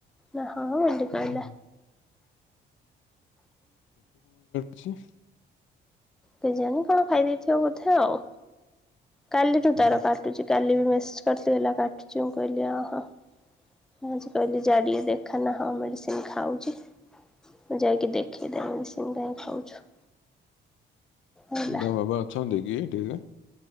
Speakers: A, in the centre; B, on the left.
A: ନା। ହଁ ଏମିତି କହିଲା।
B: ହୁଁ। ଛି।
A: କେଜାଣି କଣ ଖାଇ ଦେଇଥିବ ବୋଧେ ଆଉ। କାଲିଠୁ
B: ହୁଁ।
A: ତାର କାଟୁଛି ।କାଲି ବି ମେସ ଚି ହେଲା କାଟୁଚି ମୁଁ କହିଲି ଅଁ ହଁ। ଆଜି କହିଲି ଯା ଟିକେ ଦେଖା ନା ହଁ ମେଡିସିନ ଖାଉଛି। ମୁଁ ଯାଇକି ଦେଖେଇ ଦେ ମେଡ଼ିସିନ କାଇଁକି ଖାଉଛୁ। ହେଲା।
B: ତା ବାବା ଅଛନ୍ତି କି। <inaudible>